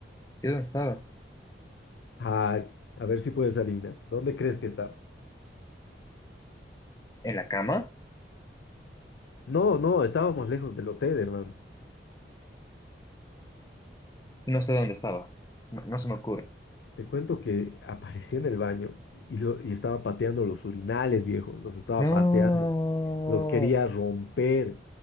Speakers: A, on the left; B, on the left.
A: ¿Yo dónde estaba?
B: Ah, a ver si puedes adivinar. ¿Dónde crees que estaba?
A: ¿En la cama?
B: No, no, estábamos lejos del hotel, hermano.
A: No sé dónde estaba. No, no se me ocurre.
B: Te cuento que apareció en el baño y, lo- y estaba pateando los urinales, viejo. Los estaba
A: No.
B: pateando. Los quería romper.